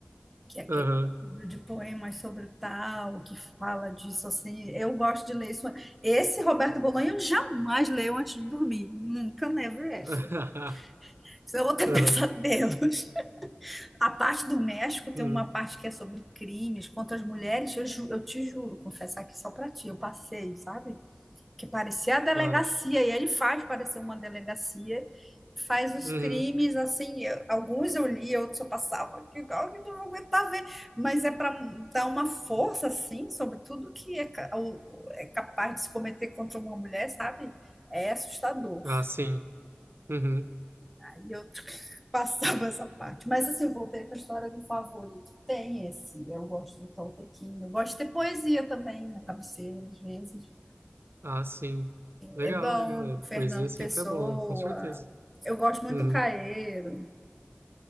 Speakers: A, in the centre; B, on the right.
A: Que é aquele
B: Aham,
A: livro de poemas sobre o Tao, que fala disso, assim. Eu gosto de ler isso. Esse Roberto Bolonha eu jamais leio antes de dormir. Nunca, never ever.
B: <laughs>
A: Senão eu vou ter
B: aham,
A: <laughs> pesadelos. A parte do México tem
B: uhum,
A: uma parte que é sobre crimes contra as mulheres. Eu, ju- eu te juro, confessar aqui só pra ti, eu passei, sabe? Que parecia a delegacia,
B: claro.
A: e ele faz parecer uma delegacia, faz os
B: Uhum,
A: crimes assim. eu- alguns eu li, outros eu passava, que igual que não vou aguentar ver. Mas é para dar uma força, assim, sobre tudo que é, ca- o- é capaz de se cometer contra uma mulher, sabe? É assustador.
B: ah, sim. Uhum,
A: Aí eu <laughs> passava essa parte. Mas assim, eu voltei para a história do favorito. Tem esse, eu gosto do Toltequinho. Eu gosto de ter poesia também na cabeceira, às vezes.
B: ah, sim. Legal,
A: É bom,
B: legal. é,
A: Fernando
B: Poesia sempre
A: Pessoa.
B: é bom, com certeza.
A: Eu gosto muito
B: Uhum,
A: do Caeiro,